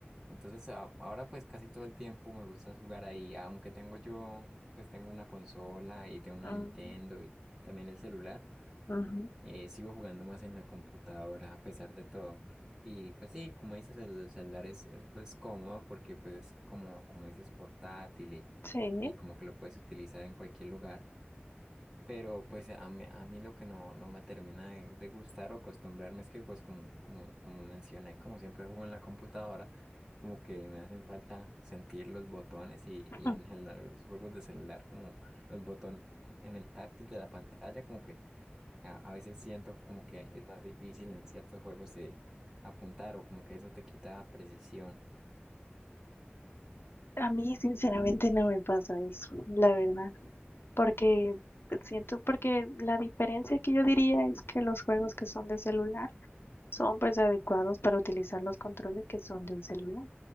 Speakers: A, on the right; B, on the left.
A: Entonces a- ahora pues casi todo el tiempo me gusta jugar ahí, aunque tengo yo, pues tengo una consola y tengo una
B: Mm,
A: Nintendo y también el celular,
B: ujú.
A: eh, sigo jugando más en la computadora a pesar de todo. Y pues sí, como dices, el celular es, es, pues, cómodo porque pues es como, como dices, portátil y,
B: Sí.
A: y como que lo puedes utilizar en cualquier lugar. Pero pues a mí, a mí lo que no, no me termina de, de gustar o acostumbrarme es que pues como, como, como mencioné, como siempre juego en la computadora, como que me hacen falta sentir los botones y,
B: <laughs>
A: y en el- los juegos de celular como los botones en el táctil de la pantalla, como que a, a veces siento como que es más difícil en ciertos juegos de apuntar o como que eso te quita precisión.
B: A mí sinceramente no me pasa eso, la verdad. Porque siento, porque la diferencia que yo diría es que los juegos que son de celular son pues adecuados para utilizar los controles que son de un celular,